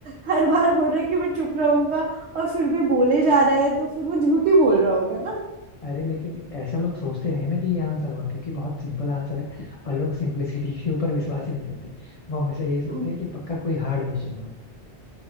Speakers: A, on the right; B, on the left.
A: हर बार बोल रहा है कि मैं चुप रहूंगा और फिर भी बोले जा रहा है तो फिर वो झूठ ही बोल रहा होगा
B: अरे लेकिन ऐसा लोग सोचते नहीं है ना कि ये आंसर होगा क्योंकि बहुत सिंपल आंसर है और लोग सिंपलिसिटी के ऊपर विश्वास ही नहीं करते वो हमेशा यही सोचते
A: ना
B: हैं कि पक्का कोई हार्ड क्वेश्चन होगा